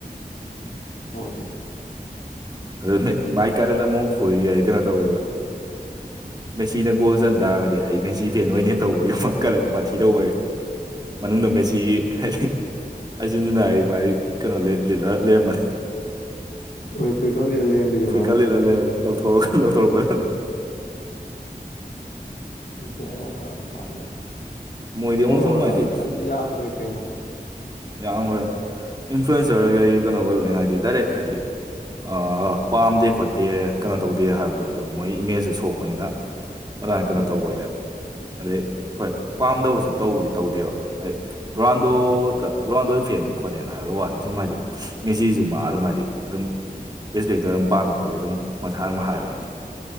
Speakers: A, on the left; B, on the right.
A: ꯍꯣꯏ
B: ꯑꯗꯨ ꯃꯥꯏ ꯀꯥꯔꯟ ꯑꯃꯨꯃꯨꯛ ꯐꯨꯏꯌꯦ ꯑꯩ ꯀꯩꯅꯣ ꯇꯧꯕꯗꯣ ꯃꯦꯁꯤꯅ ꯒꯣꯜ ꯆꯟ ꯇꯥꯔꯒꯗꯤ ꯑꯩ ꯃꯦꯁꯤ ꯐꯦꯟ ꯑꯣꯏꯅꯤ ꯇꯧꯕꯩ ꯀꯔꯝ ꯄꯥꯊꯤ ꯇꯧꯕ ꯃꯅꯨꯡꯗ ꯃꯦꯁꯤꯒꯤ ꯍꯥꯏꯗꯤ ꯑꯔꯖꯦꯟꯇꯤꯅꯥꯏ ꯃꯥꯥꯏ ꯀꯩꯅꯣ ꯂꯤꯂ ꯂꯩꯔꯝꯃꯅꯤ
A: ꯍꯣꯏ ꯐꯨꯔꯤꯠꯀ ꯂꯤꯠꯂ ꯂꯩꯔꯝꯕꯤꯗꯣ
B: ꯐꯨꯔꯤꯠꯀ
A: ꯃꯥꯏ
B: ꯂꯤꯠ ꯂꯩ ꯂꯧꯊꯣꯔꯛ ꯂꯧꯊꯣꯔꯛꯄꯗꫭ
A: ꯕꯦꯔꯥ ꯌꯥꯝ ꯀꯥ ꯅꯨꯄꯥꯥꯅꯦ
B: ꯃꯣꯏꯗꯤ
A: ꯐꯣꯂꯣꯋꯔ
B: ꯑꯃꯨꯛ ꯁꯨꯝ ꯍꯥꯏꯗꯤ
A: ꯃꯥꯥꯏ ꯐꯅ ꯌꯥꯝꯈꯔꯦ ꯀꯩꯅꯣ
B: ꯌꯥꯝꯈ꯭ꯔꯦ ꯏꯟꯐ꯭ꯂꯨꯋꯟꯁꯔꯈꯩ ꯀꯩꯅꯣ ꯑꯣꯏꯕꯅꯤꯅ ꯍꯥꯏꯗꯤ ꯗꯥꯏꯔꯦꯛ ꯍꯥꯏꯗꯤ ꯑ ꯄꯥꯝꯗꯦ ꯈꯣꯠꯇꯦ ꯀꯩꯅꯣ ꯇꯧꯗꯦ ꯍꯥꯏꯕꯗꯣ ꯑꯗꯨ ꯃꯣꯏ ꯏꯃꯦꯖꯇꯨ ꯁꯣꯛꯄꯅꯤꯅ ꯑꯗꯥꯟ ꯀꯩꯅꯣ
A: ꯎꯝ
B: ꯇꯧꯕꯅꯦ ꯑꯗꯩ ꯍꯣꯏ ꯄꯥꯝꯗꯕꯁꯨ ꯇꯧꯕꯗꯤ ꯇꯧꯗꯦꯕ ꯍꯥꯏ ꯔꯣꯅꯥꯥꯟꯗꯣꯗ
A: ꯎꯝ
B: ꯔꫭꯅꯥꯟꯗꫭꯏ ꯐꯦꯟꯅꯤ ꯈꯣꯠꯅꯦꯅ ꯍꯥꯏꯕꯩ ꯋꯥꯅꯤ ꯁꯨꯝ ꯍꯥꯏꯗꯤ ꯃꯦꯁꯤꯖꯨ ꯃꯥ ꯑꯗꯨꯝ ꯍꯥꯏꯗꯤ ꯑꯗꯨꯝ ꯔꯦꯁꯄꯦꯛꯇ ꯑꯗꯨꯝ ꯄꯥꯝꯃꯤ ꯈꯣꯠꯂꯤ ꯑꯗꯨꯝ ꯃꯁꯥ ꯑꯗꯨꯝ ꯍꯥꯏꯕꯅꯦ